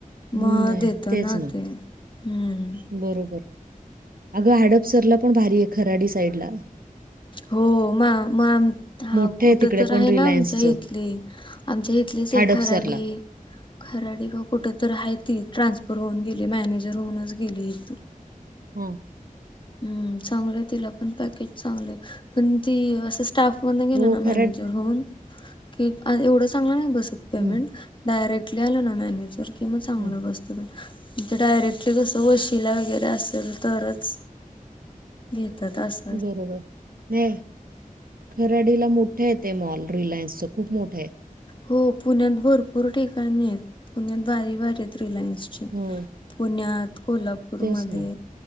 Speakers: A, on the right; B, on the left.
A: हम्म,
B: मग
A: नाही
B: येत
A: तेच
B: ना ते हम्म
A: बरोबर.. अगं हडपसरला पण भारी आहे खराडी साईड ला
B: हो मा मां आता
A: मोठे
B: कुठं
A: आहे तिकडे
B: तर
A: पण
B: आहे
A: रिलायन्सचं
B: ना आमच्या इथली? आमच्या इथलीच एक
A: हडपसरला.
B: खराडी खराडी का कुठं तर आहे ती ट्रान्सफर होऊन गेली मॅनेजर होऊनच गेली इथून.
A: हम्म.
B: हम्म चांगलंय तिला पण पॅकेज चांगलंय पण ती असं स्टाफ मधन गेलं
A: हो
B: ना
A: खरड
B: मॅनेजर होऊन कि एवढं चांगलं नाही बसत पेमेंट
A: हं,
B: डायरेक्टली आल ना मॅनेजर कि मग चांगलं
A: हं.
B: बसत. पण म्हजे डायरेक्टली कसं वशीला वगैरे असेल तरच घेतात अस
A: बरोबर.. ये.. खराडीला मोठे आहे ते मॉल रिलायन्सच खूप मोठं आहे
B: हो पुण्यात भरपूर ठिकाणी आहेत पुण्यात भारी भारी आहेत रिलायन्सचे
A: हो,
B: पुण्यात कोल्हापूरमधे
A: तेच ना.